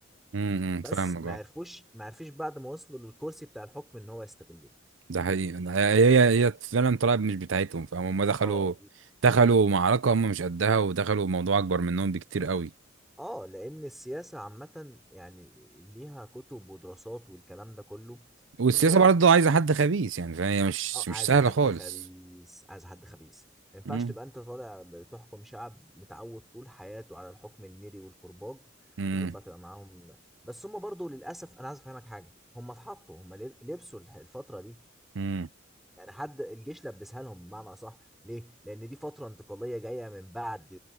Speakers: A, on the right; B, in the centre.
A: امم أمم.
B: بس
A: فاهمك
B: ما
A: آه.
B: عرفوش ما عرفش بعد ما وصلوا للكرسي بتاع الحكم ان هو يستغلوه
A: ده حقيقي أنا- هي هي هي فعلا طلعت مش بتاعتهم فاهم هم دخلوا
B: اه
A: دخلوا معركة هم مش قدها ودخلوا موضوع أكبر منهم بكتير قوي
B: اه لان السياسه عامه يعني ليها كتب ودراسات والكلام ده كله
A: والسياسة
B: و...
A: برضه عايزة حد خبيث يعني فهي مش
B: اه
A: مش
B: عايز
A: سهلة
B: حد
A: خالص
B: خبيث عايز حد خبيث ما ينفعش
A: مم.
B: تبقى انت طالع بتحكم شعب متعود طول حياته على الحكم الميري والكرباج
A: مم.
B: وتطلع تبقى معاهم بس هم برضو للاسف انا عايز افهمك حاجه هم اتحطوا هم لب- لبسوا الح- الفتره دي
A: مم.
B: يعني حد الجيش لبسها لهم بمعنى اصح ليه؟ لان دي فتره انتقاليه جايه من بعد